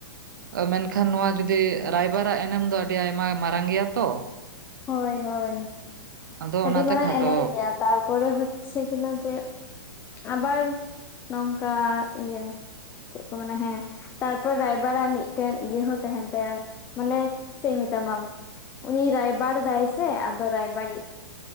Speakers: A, on the right; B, on the left.
A: ᱢᱮᱱᱠᱷᱟᱱ ᱱᱚᱣᱟ ᱡᱩᱫᱤ ᱨᱟᱭᱵᱟᱨᱟᱜ ᱮᱱᱮᱢ ᱫᱚ ᱟᱹᱰᱤ ᱟᱭᱢᱟ ᱢᱟᱨᱟᱝ ᱜᱮᱭᱟ ᱛᱚ
B: ᱦᱳᱭ ᱦᱳᱭ
A: ᱟᱫᱚ
B: ᱟᱹᱰᱤ
A: ᱚᱱᱟᱛᱮ
B: ᱢᱟᱨᱟᱝ
A: ᱠᱷᱟᱴᱚ
B: ᱮᱱᱮᱢ ᱜᱮᱭᱟ ᱛᱟᱨᱯᱚᱨᱮ ᱦᱚᱪᱪᱷᱮ ᱠᱤᱱᱟ ᱡᱮ ᱟᱵᱟᱨ ᱱᱚᱝᱠᱟ ᱤᱭᱟᱹ ᱪᱮᱫ ᱠᱚ ᱢᱮᱱᱟ ᱦᱮᱸ ᱛᱟᱨᱯᱚᱨ ᱨᱟᱭᱵᱟᱨᱟᱜ ᱢᱤᱫᱴᱮᱱ ᱤᱭᱟᱹ ᱦᱚᱸ ᱛᱟᱦᱮᱸᱱ ᱛᱟᱭᱟ ᱢᱟᱱᱮ ᱪᱮᱫ ᱤᱧ ᱢᱮᱛᱟᱢᱟ ᱩᱱᱤ ᱨᱟᱭᱵᱟᱨ ᱫᱟᱭ ᱥᱮ ᱟᱫᱚ ᱨᱟᱭᱵᱟᱨᱤᱡ